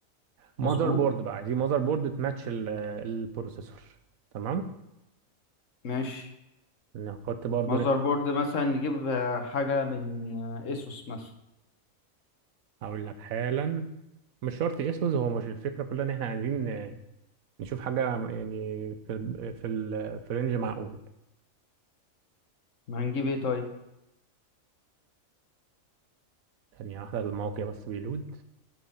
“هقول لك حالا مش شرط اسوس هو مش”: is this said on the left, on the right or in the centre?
Right